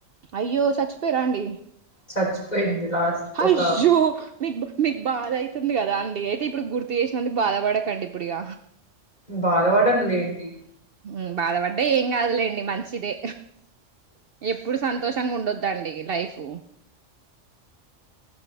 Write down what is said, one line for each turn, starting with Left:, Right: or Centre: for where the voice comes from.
Right: అయ్యో చచ్చిపోయరా అండి
Left: చచ్చిపోయింది లాస్ట్
Right: అయ్యో
Left: ఒక
Right: మీకు మీకు బాధ అయితుంది కదా అండి అయితే ఇప్పుడు గుర్తు చేసినందుకు బాధ పడకండి ఇప్పుడు ఇగ
Left: బాధపడను లేండి
Right: హ్మ్ బాధపడ్డ ఏం కాదులేండి మంచిదే ఎప్పుడు సంతోషంగా ఉండొద్దు దండి లైఫ్